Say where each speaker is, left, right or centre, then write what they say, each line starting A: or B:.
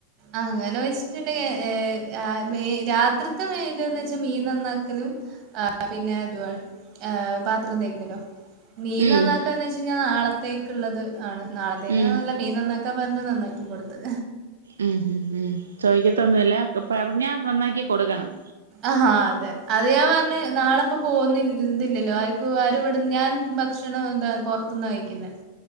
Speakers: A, on the right; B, on the right.
A: അങ്ങെനാേയ്ച്ചിട്ടുണ്ടെങ്കി ഏഹ് അ മെയ് രാത്രിത്തെ മെയിന്‌ന്ന് വെച്ചാ മീൻ നന്നാക്കലും ആഹ് പിന്നെ തു ആണ് ഏഹ് പാത്രം തേക്കല്വാ മീൻ
B: ഉം
A: നന്നാ ക്കാന്ന് വെച്ചയ്ഞ്ഞാ നാളത്തേക്ക്ള്ളത് ആണ് നാളത്തേക്കാണ്ന്നല്ല
B: ഉം ഉം
A: മീൻ നന്നാക്കാൻ പർഞ്ഞ് നന്നാക്കി കൊട്ത്ത്
B: ഉം ഹും ഉം ചോയ്ക്കത്തൊന്നുല്ല പറഞ്ഞാ നന്നാക്കി കൊട്ക്കണം
A: ആഹാ അതെ അത് ഞാൻ പർഞ്ഞ് നാളെപ്പ പോവുന്ന് ഇത്‌ല്ലല്ലോ ആര്ക്കും ആര്‌വടെന്ന് ഞാൻ ഭക്ഷണം എന്താ പൊർത്ത്ന്നാ കഴിക്ക്ന്നേ